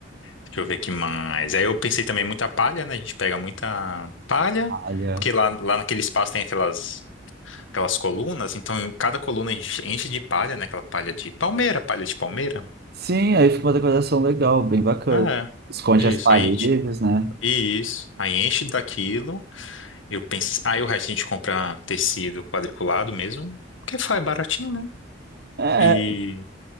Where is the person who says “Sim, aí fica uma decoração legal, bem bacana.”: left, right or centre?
Right